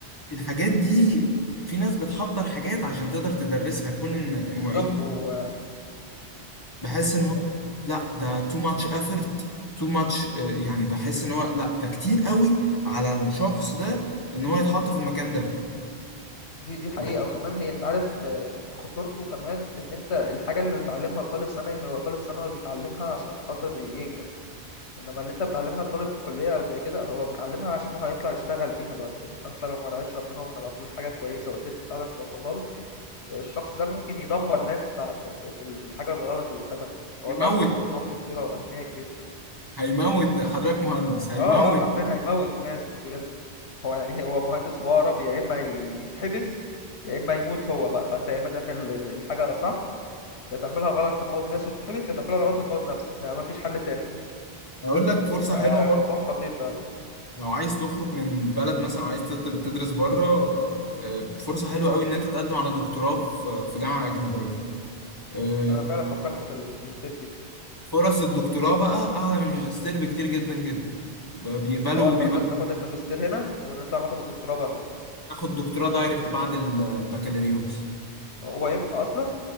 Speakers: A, on the left; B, on the left.
A: الحاجات دي في ناس بتحضر حاجات عشان تقدر تدرسها كون ان
B: ب- بالظبط
A: معيد
B: و
A: بحس
B: مم.
A: ان هو لا ده too much effort too much آه، يعني بحس ان هو لا ده كتير قوي على الشخص ده ان هو يتحط في المكان ده
B: دي دي حقيقة
A: ده
B: وكمان هي انت عارف آه، خطورته كمان في ان انت الحاجة اللي بتعلمها لطالب ثانوي هو طالب ثانوي بيتعلمها عشان خاطر ينجح انما اللي انت بتعلمها لطالب في كلية او زي كده هو بيتعلمها عشان هو هيطلع يشتغل بيها بعد كده فانت لو ما رعيتش ربنا وما طلعتلوش حاجة كويسة وقدرت فعلا توصلها له آه، الشخص ده ممكن يدمر ناس ب... ب... ب... بال- بالحاجة الغلط اللي خدها منك فهو
A: هيموت
B: فعلا الموضوع فيه خطورة واهمية كبيرة
A: هيموت حضرتك مهندس هيموت
B: اه اه حرفيا هيموت ناس بجد هو يعني هو مهندس هو أقرب يا إما يتحبس يا إما يموت هو بقى فأنت يا إما تعمل ال- ال- الحاجة صح يا تعملها غلط تموت ناس وتتحبس يا تعملها غلط وتموت نفسك يعني مفيش حل تالت
A: اقول لك فرصة
B: فالموضوع
A: حلوة برضه
B: خطير فعلا
A: لو عايز تخرج من البلد مثلا وعايز تت- تدرس بره آه، فرصة حلوة قوي ان انت تقدم على دكتوراه في في جامعة أجنبية آه،
B: أنا فعلا فكرت في ال في الستيب دي
A: فرص الدكتوراه بقى اعلى من الماجستير بكتير جدا جدا بيقبلوا
B: اه أنت
A: بيقبلوا
B: قصدك ناخد الماجستير هنا ونطلع ناخد الدكتوراه بره
A: تاخد دكتوراه دايركت بعد ال- البكالوريوس
B: هو ينفع أصلا؟